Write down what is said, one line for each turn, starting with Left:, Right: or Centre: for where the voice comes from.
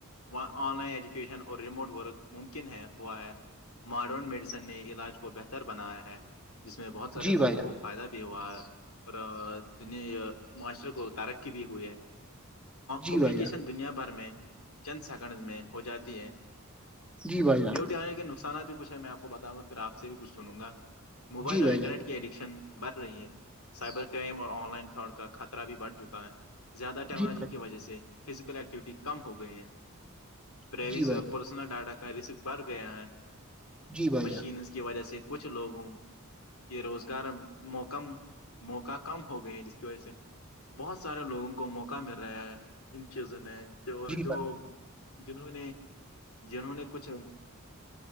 Left: وہاں آن لائن ایجوکیشن اور ریموٹ ورک ممکن ہے ہوا ہے ماڈرن میڈیسن نے علاج کو بہتر بنایا ہے جس میں بہت سارے
Centre: جی
Left: لوگوں
Centre: بھائی جان
Left: کو فائدہ بھی ہوا اور دنیا معاشرے کو ترقی بھی ہوئی ہے
Centre: جی
Left: کومیونیکیشن
Centre: بھائی جان
Left: دنیا بھر میں چند سیکنڈز میں ہو جاتی ہے
Centre: جی بھائی جان
Left: آنے کے نقصانات بھی کھ ہے میں آپ کو بتاؤ گا پھر آ سے بھی کچھ سنوں گا موبائل
Centre: جی بھائی
Left: اور انٹرنیٹ
Centre: جان
Left: کے ایڈکشن بڑھ رہی ہے سائبر کرائم اور آن لائن فراڈ کا خطرہ بھی بڑھ چکا ہے زیادہ ٹیکنالوجی
Centre: جی
Left: کی وجہ سے فزیکل ایکٹیوٹی کم ہو گئی ہیں پرائیویسی
Centre: جی بھائی
Left: اور
Centre: جان
Left: پس ڈاٹا کا رسک بڑھ گیا ہے
Centre: جی بھائی
Left: مشینز
Centre: جان
Left: کی وجہ سے کچھ لوگوں کہ روزگار موکم موقع کم ہو گئے ہیں جس کی وجہ سے بہت سارے لوگوں کو موقع مل رہا ہے ان چیزوں میں اور
Centre: جی
Left: جو جنہوں نے جنہوں نے کچھ